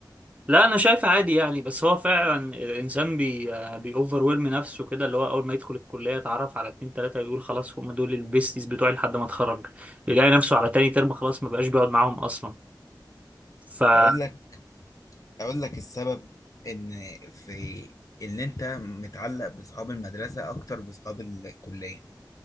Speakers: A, on the right (about 20°); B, on the left (about 45°).
A: لا انا شايف عادي يعني بس هو فعلا الانسان بي بيوفر ويلم نفسه كده اللي هو اول ما يدخل الكليه يتعرف على اتنين تلاته يقول خلاص هم دول البيستيز بتوعي لحد ما اتخرج يلاقي نفسه على تاني ترم خلاص ما بقاش بيقعد معاهم اصلا فايه
B: اقول لك اقول لك السبب ان في ان انت متعلق باصحاب المدرسه اكتر باصحاب الكليه